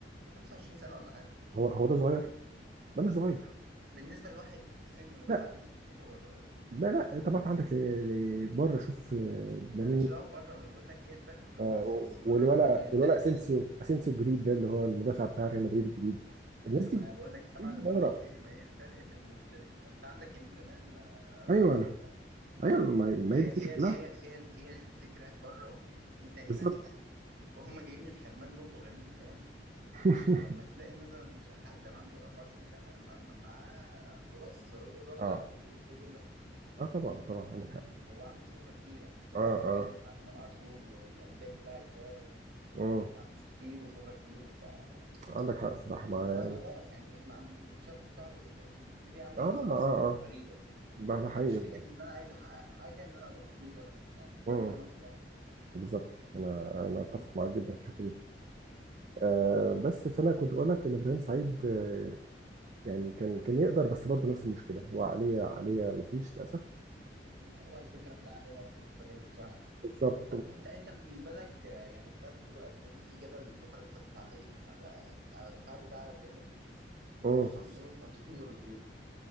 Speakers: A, on the right (about 60°); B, on the right (about 40°).
A: 25 سنه ولا حاجه
B: هو هو ده صغير ده مش صغير
A: بالنسبه لواحد في سنه يبقى
B: لا
A: معاه فلوس كتير هو صغير
B: لا لا طب ما انت عندك ل- ل- بره شوف آه، لامين
A: مالكش دعوه بره ما انا بقول لك ايه الفرق بين
B: آه،
A: مصر
B: و- بس
A: وبره
B: والولا
A: المنتاليتي
B: والولا اسينسيو اسينسيو الجديد ده اللي هو المدافع بتاع ريال مدريد الجديد
A: ما
B: الناس دي الناس
A: انا بقول لك سامع انا
B: دي
A: بقول
B: صغيره
A: لك ايه ما هي الفرق في المنتاليتي ما انت عندك يمين لمان ما اصغر
B: ايوه
A: مني
B: بالظبط
A: فاهم
B: ايوه ما ما
A: ما هي
B: هي دي الفكره
A: هي
B: كلها
A: هي هي هي الفكره بره وهنا انت هنا
B: بالظبط
A: هم جايين من حرمان برضو غريب فاهم
B: <laughs>
A: فما تلاقي مثلا حد ما عنده 24 سنة ما- ما- معاه خلاص ثروته داخلة
B: اه
A: على 100 مليون مثلا
B: اه طبعا طبعا عندك حق
A: هو عنده شهرة كبيرة الناس كلها
B: اه
A: بتتكلم
B: اه
A: عن إمام عاشور والأندية كلها عايزاه و-
B: امم
A: ومعاه فلوس كتير وشهرة كتير وبتاع يعني
B: عندك حق الصراحه مع يعني
A: هو خلاص يعني ما عم بي... الشغف بتاعه بيقل وبيبتدي يعمل
B: اه
A: تصرفات
B: اه اه
A: غريبة يعني
B: ده ده حقيقي
A: ما عندوش
B: والله
A: فكرة إن أنا عايز أحقق حاجة إن أنا أبقى أسطورة مثلا يعني دماغ
B: امم
A: محمد صلاح
B: بالظبط انا انا اتفق معاك جدا في الحته دي آه بس فانا كنت بقول لك ان ابراهيم سعيد آه يعني كان كان يقدر بس برضه نفس المشكله هو عقليه عقليه ما فيش للاسف
A: ما هو الفكرة في العالية في مصر برضو صعبة
B: فبالظبط
A: طب انت انت بالنسبة لك آه، يعني كنت عايز اخد رأيك لان في جدل الفترة اللي فاتت على ايه على يعني على الدفاع بتاع ريال مدريد
B: امم
A: خصوصا ايه انطونيو رودريجو